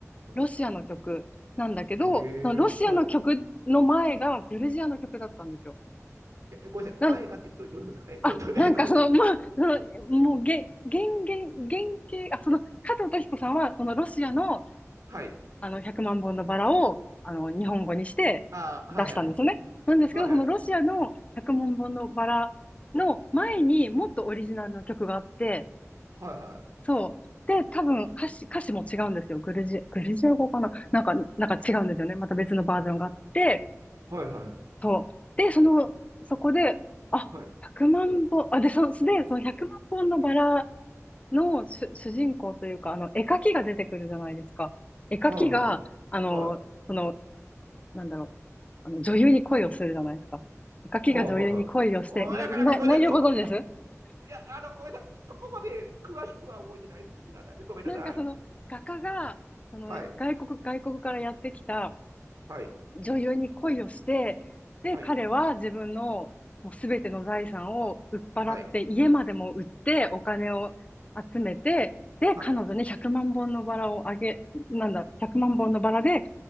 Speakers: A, on the right (about 75°); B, on the left (about 25°).
A: は
B: ロシアの曲なんだけど、
A: い、ええはい。
B: そのロシアの曲の前がグルジアの曲だったんですよ。
A: え、えごめんなさい。
B: な、
A: 前がってど、どういうことですかえ、
B: あ、
A: ど、ど、
B: なんかその、
A: え、これ。
B: まあ、その、もう、げ、原原原型、あ、その、加藤登紀子さんは、そのロシアの、
A: はい。
B: あの、100万本のバラを、あの、日本語にして出したんですよね。
A: ああ、はいはい。
B: なんですけど、
A: はいはい。
B: そのロシアの100万本のバラの前にもっとオリジナルの曲があって、
A: はいは
B: そう。で、多分歌詞、歌詞も違うんですよ。グルジ、グルジア語かななんか、なんか違うんですよね。
A: い。
B: また別のバージョンがあって、
A: はいはい。
B: そう。で、その、そこで、あ、100万本、
A: はい。
B: あ、で、そ、で、その1万本のバラの主、主人公というか、あの、絵描きが出てくるじゃないですか。絵描きが、
A: はいはいはい。
B: あの、
A: はい。
B: その、なんだろう、あの、女優に恋をするじゃないですか。絵描きが女優に恋をして、
A: はいはいはい。ああなかなかごめんなさい。
B: な、な、内容ご存知です
A: そこ、いや、あの、ごめんなさい。そこまで詳しくは覚えてないです。知らない。ごめんなさい。
B: なんかその、画家が、その、
A: はい。
B: 外国、外国からやってきた、
A: はい。
B: 女優に恋をして、で、
A: はい。
B: 彼は自分のもう全ての財産を売っ払って、
A: はい。
B: 家までも売ってお金を集めて、で、
A: はい。
B: 彼女に100万本のバラをあげ、
A: はい。
B: なんだ、1万本のバラで、